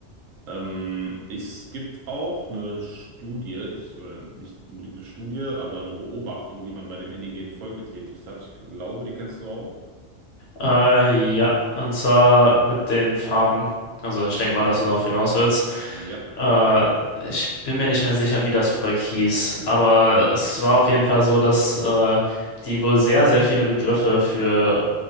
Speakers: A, on the right; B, on the left.
A: Ähm, es gibt auch eine Studie, ich, oder nicht unbedingt eine Studie, aber eine Beobachtung, die man bei dem indigenen Volk getätigt hat. Ich glaube, die kennst du auch.
B: Äh, ja, und zwar mit den Farben. Also ich denke mal, dass du darauf hinaus willst.
A: Ja,
B: Äh, ich bin mir nicht mehr sicher, wie das Volk hieß, aber es war
A: ja,
B: auf jeden Fall so, dass äh, die wohl sehr, sehr viele Begriffe für